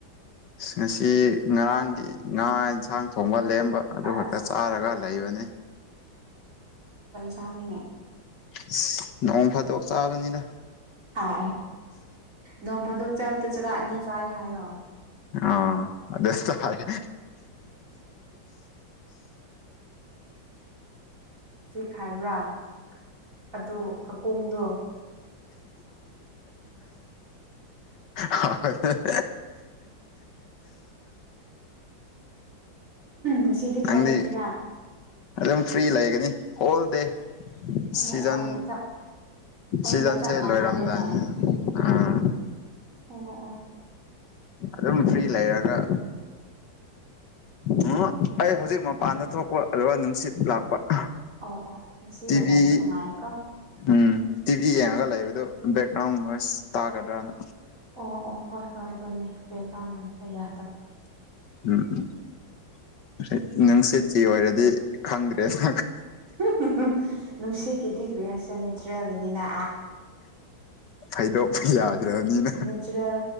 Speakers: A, on the left (about 65°); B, on the right (about 40°).
A: ꯉꯁꯤ ꯉꯔꯥꯡꯒꯤ ꯉꯥꯔꯥꯡ ꯏꯟꯁꯥꯡ ꯊꯣꯡꯕ ꯂꯦꯝꯕ ꯑꯗꯨ ꯈꯛꯇ
B: ꯑꯁ
A: ꯆꯥꯔꯒ ꯂꯩꯕꯅꯤ
B: ꯇꯥꯡꯉꯤꯅꯦ
A: ꯏꯁ ꯅꯣꯡ ꯐꯗꯣꯛ ꯆꯥꯕꯅꯤꯗ
B: ꯍꯥꯏ ꯅꯣꯡ ꯐꯥꯗꯣꯛ ꯆꯥꯕꯗꯣ ꯆꯥꯔ ꯑꯅꯤ ꯆꯥꯏ ꯍꯥꯏꯌꯣ
A: ꯑꯥ ꯑꯗꯨꯁꯨ ꯍꯥꯏꯌꯦ
B: ꯈꯥꯏꯕ꯭ꯔꯥꯑꯗꯨ ꯀꯥꯀꯣꯡꯗꯣ
A: ꯍꯥꯎꯕꯅꯦ <inaudible>
B: ꯉꯁꯤꯗꯤ ꯀꯗꯥꯏ
A: ꯅꯪꯗꯤ
B: ꯆꯠꯀꯦꯔ
A: ꯑꯗꯨꯝ ꯐ꯭ꯔꯤ ꯂꯩꯒꯅꯤ ꯍꯣꯜ ꯗꯦ
B: ꯑꯣ
A: ꯁꯤꯖꯟ
B: ꯑꯣ ꯑꯩꯒ ꯆꯞ ꯑꯩꯒ
A: ꯁꯤꯖꯟꯁꯦ
B: ꯆꯞ ꯃꯥꯟꯅꯔꯦꯅꯦ
A: ꯂꯣꯏꯔꯝꯗꯥꯏꯅꯤꯅ ꯑꯥ
B: ꯑꯣꯑꯣ
A: ꯑꯗꯨꯝ ꯐ꯭ꯔꯤ ꯂꯩꯔꯒ ꯎꯝ ꯑꯩ ꯍꯧꯖꯤꯛ ꯃꯄꯥꯟꯗ ꯊꯣꯛꯄ ꯑꯗꯨꯒ ꯅꯨꯡꯁꯤꯠ ꯂꯥꯛꯄ ꯄ
B: ꯑꯣ ꯑꯣ ꯉꯁꯤ
A: ꯇꯤꯚꯤ
B: ꯋꯦꯗꯔꯁꯦ ꯅꯨꯡꯉꯥꯏꯀꯣ
A: ꯎꯝ ꯇꯤꯚꯤ ꯌꯦꯡꯉꯒ ꯂꯩꯕꯗꯨ ꯕꯦꯛꯒ꯭ꯔꯥꯎꯟ ꯅꯣꯏꯁ ꯇꯒꯗ꯭ꯔꯥꯅ
B: ꯑꯣ ꯑꯣ ꯍꯣꯏ ꯍꯣꯏ ꯑꯗꯨꯅꯦ ꯕꯦꯛꯒ꯭ꯔꯥꯎꯟ ꯅꯣꯏꯁ ꯌꯥꯗꯕ
A: ꯎꯝ ꯎꯝ ꯅꯨꯡꯁꯤ ꯆꯦ ꯑꯣꯏꯔꯗꯤ ꯈꯪꯗ꯭ꯔꯦꯗ
B: ꯍꯝ ꯍꯝ ꯅꯨꯡꯁꯤ ꯒꯤꯗꯤ ꯔꯤꯌꯁꯦꯜ ꯅꯠꯇ꯭ꯔꯦꯒꯦꯅꯤꯅ
A: ꯍꯥꯏꯗꯣꯛꯄ
B: ꯅꯦ
A: ꯌꯥꯗ꯭ꯔꯕꯅꯤꯅ
B: ꯅꯦꯆꯔꯦꯜ